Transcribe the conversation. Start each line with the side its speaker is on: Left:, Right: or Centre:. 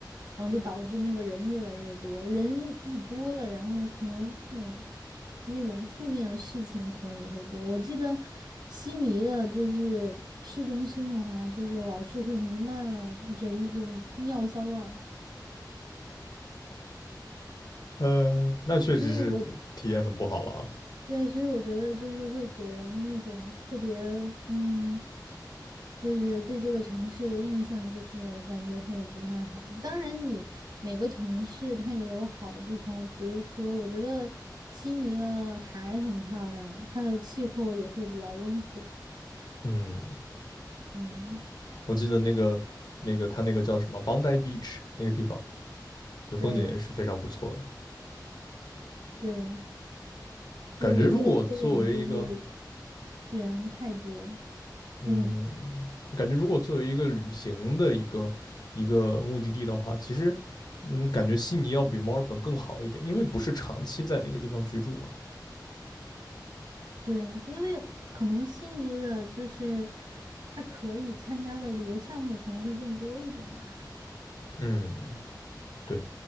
Right: 然后就导致那个人越来越多，人一多了，然后可能这种那种负面的事情可能也会多。我记得悉尼的就是市中心的话，就是老是会弥漫着一股尿骚味儿，
Left: <laughs> 呃，那确实是体验很不好了啊。
Right: 所以我对，所以我觉得就是会给人那种特别，嗯，就是对这个城市的印象，就是我感觉会不太好。当然，你每个城市它也有好的地方，比如说，我觉得悉尼的海很漂亮，它的气候也会比较温和。
Left: 嗯，
Right: 嗯，
Left: 我记得那个那个他那个叫什么 Bondi Beach 那个地方，就风景也是非常不错的。
Right: 对对，就唯一的缺点就是
Left: 感觉如果作为一个
Right: 人太多。
Left: 嗯，
Right: 嗯。
Left: 感觉如果作为一个旅行的一个一个目的地的话，其实嗯，感觉悉尼要比墨尔本更好一点，因为不是长期在那个地方居住嘛。
Right: 对，因为可能悉尼的就是他可以参加的旅游项目可能会更多一点吧。
Left: 嗯对，